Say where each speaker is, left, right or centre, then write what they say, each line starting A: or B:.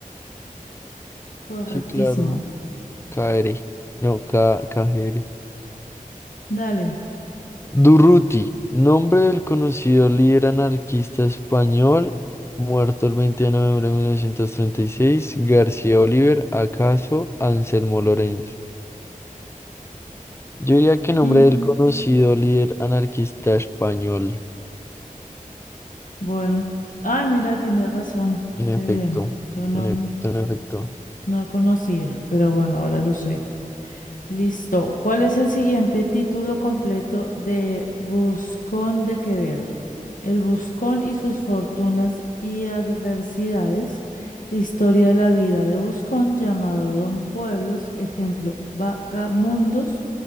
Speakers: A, on the left; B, on the left.
A: correctísimo.
B: Sí, claro. KR. No, K KGR.
A: Dale.
B: Durruti, nombre del conocido líder anarquista español, muerto el 20 de noviembre de 1936. García Oliver, acaso Anselmo Lorenzo. Yo diría que nombre
A: Mm,
B: del conocido líder anarquista español.
A: bueno. Ay, mira, tiene razón.
B: En
A: Qué
B: efecto,
A: bien. Yo no,
B: en efecto, en efecto.
A: no conocía, pero bueno, ahora lo sé. Listo. ¿Cuál es el siguiente título completo de Buscón de Quevedo? El Buscón y sus fortunas y adversidades. Historia de la vida de Buscón, llamado Don Pueblos, ejemplo, Vagamundos